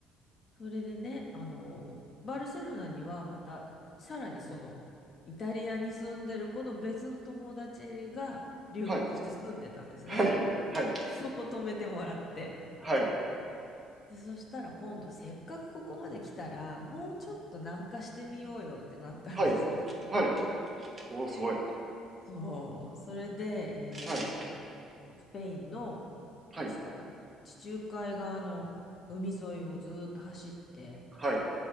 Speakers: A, on the left; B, on the right.
A: それでね、あの、バルセロナにはまた、さらにその、イタリアに住んでる子の別の友達が留学して住んでたんですね。
B: はい、はい、はい、
A: <laughs> でそこ泊めてもらって。
B: はい、はい、
A: で、そしたら今度せっかくここまで来たら、もうちょっと南下してみようよってなったんですよ。
B: はい、はい。おお、すごい。は
A: そう。それで、えー
B: い、
A: スペインの、
B: はい、
A: ですから、地中海側の海沿いをずーっと走って、
B: はい、